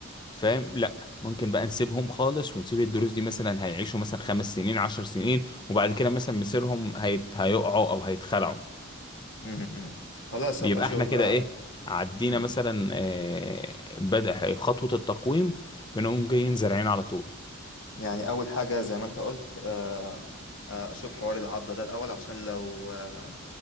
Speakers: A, on the left (about 20°); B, on the left (about 60°).
A: فاهم لا ممكن بقى نسيبهم خالص ونسيب الدروس دي مثلا هيعيشوا مثلا خمس سنين عشر سنين وبعد كده مثلا مصيرهم هيت... هيقعوا أو هيتخلعوا
B: مم، مم، مم. خلاص
A: بيبقى
B: هبقى اشوف
A: احنا كده
B: بقى
A: ايه عدينا
B: مم.
A: مثلا آه، بدأ خطوة التقويم ونقوم جايين زارعين على طول
B: يعني اول حاجة زي ما انت قلت آه، آه، اشوف حوار العضة ده الاول عشان لو آه،